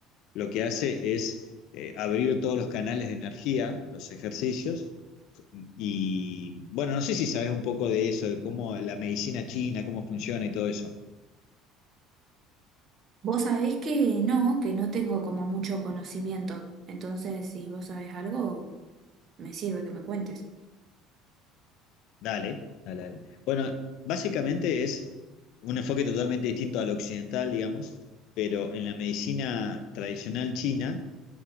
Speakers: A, on the left; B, on the right.
A: lo que hace es eh, abrir todos los canales de energía, los ejercicios. Y bueno, no sé si sabes un poco de eso, de cómo la medicina china, cómo funciona y todo eso.
B: Vos sabés que no, que no tengo como mucho conocimiento, entonces si vos sabés algo... Me sirve que me cuentes.
A: Dale, dale, dale. Bueno, básicamente es un enfoque totalmente distinto al occidental, digamos, pero en la medicina tradicional china